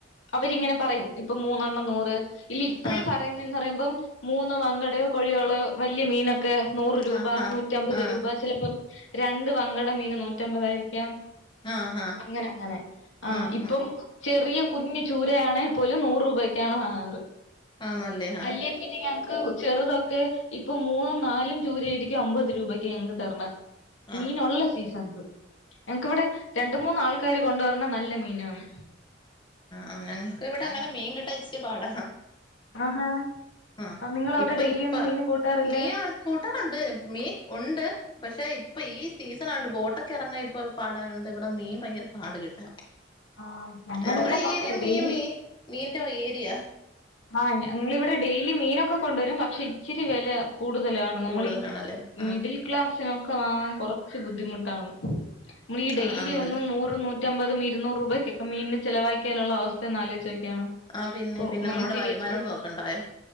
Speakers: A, on the left; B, on the left.
A: അവരിങ്ങനെ പറയും ഇപ്പൊ മൂന്നെണ്ണം നൂറ് ഇല്ല ഇപ്പഴ്
B: ആഹ് ആഹ്
A: പറയുനേന്ന് പറയുമ്പം മൂന്ന് വങ്കടയോ കൊഴിയാളയൊ വലിയ മീനൊക്കെ നൂറ് രൂപ
B: ആഹ് ആഹ്
A: നൂറ്റമ്പത്
B: ആഹ്
A: രൂപ ചിലപ്പോം രണ്ട് വങ്കട മീന് നൂറ്റമ്പതായിരിക്കാം
B: ആഹ് ആഹ്
A: അങ്ങനെ അങ്ങനെ ആഹ
B: ആഹ്
A: ഇപ്പം
B: ആഹ്
A: ചെറിയ കുഞ്ഞ് ചൂരയാണേൽ പോലും നൂറ് രൂപയ്ക്കാണ് വാങ്ങാറ്
B: ആണല്ലേ ആഹ്
A: അല്ലേ പിന്നെ ക്ക് ചെറുതൊക്കെ ഇപ്പൊ മൂന്നും നാലും ചൂരയായിരിക്കും അമ്പത് രൂപക്ക് ഞങ്ങക്ക് തരണേ
B: ആഹ്
A: മീൻ ഉള്ള സീസൺസ് ഞങ്ങൾക്കിവിടെ രണ്ടു മൂന്നുആള്ക്കാര് കൊണ്ട് വരുന്നേ നല്ല മീനാണ്
B: ആ ഞങ്ങൾക്കിവിടെ അങ്ങനെ മീൻ കിട്ടാൻ ഇച്ചിരി പാട
A: ആഹാ
B: ആ
A: നിങ്ങളവിടെ
B: ഇപ്പം
A: ഡെയിലി
B: ഇപ്പം
A: ഒന്നും മീന് കൂട്ടാറില്ല
B: മീൻ കൂട്ടാറുണ്ട് മീൻ ഉണ്ട് പക്ഷെ ഇപ്പൊ ഈ സീസൺ ആയോണ്ട് ബോട്ടൊക്കെ ഇറങ്ങാൻ ഇപ്പൊ പാടായോണ്ട് ഇവിടെ മീൻ ഭയങ്കര പാട് കിട്ടാൻ
A: ആഹ്
B: ഞങ്ങടെ
A: ഇവിടെ
B: ഈ
A: കൊഴപ്പല്ല
B: ഏരിയ മീൻ
A: ഡെയിലി
B: മീ മീന്റെ ഏരിയാ
A: ആ ഞങ്ങടെ ഇവിടെ ഡെയിലി മീനൊക്കെ കൊണ്ടുവരും പക്ഷെ ഇച്ചിരി വേല കൂടുതലാണ് നമ്മളീ
B: കൂടുതലാണല്ലേ ആഹ്
A: മിഡിൽ ക്ലാസ്സിനൊക്കെ വാങ്ങാൻ കൊറ ച്ച് ബുദ്ധിമുട്ടാണ് നമ്മൾ ഈ ഡെയിലി
B: ആഹ് ആന്നല്ലേ
A: എന്നും നൂറും നൂറ്റി മ്പതും ഇരൂനൂറുരൂപയൊക്കെ മീനിന് ചിലവാക്കിയാലുള്ള അവസ്ഥ ഒന്ന് ആലോചിച്ചു നോക്കിയേ ക്കണം
B: ആഹ് പിന്നെ
A: ഇപ്പൊ
B: പിന്നെ
A: മന്ത്‌ലി
B: നമ്മുടെ വരുമാനോട്
A: എത്ര രൂപം
B: നോക്കണ്ടായോ
A: പോകും